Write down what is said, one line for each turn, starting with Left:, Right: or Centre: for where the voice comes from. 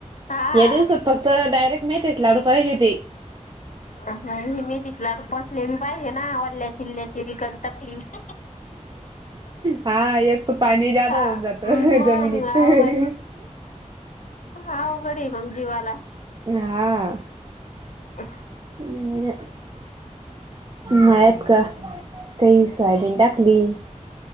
Left: हा
Right: या दिवसात पक् तर डायरेक्ट मेथीच लाडू पाहिजे व्हती
Left: हा मी मेथीच लाडू फसलेली पाहिजे, ना वल्ल्या चिल्ल्या ची तकलीफ
Right: हा येत पाणी जादा
Left: हा
Right: होऊन जात
Left: मग
Right: जमिनीत
Left: आव
Right: हमं.
Left: बाई अवघड ए मग जीवाला
Right: हा आ.
Left: ह.
Right: म मळ्यात का तेई सायबिन टाका? <unintelligible>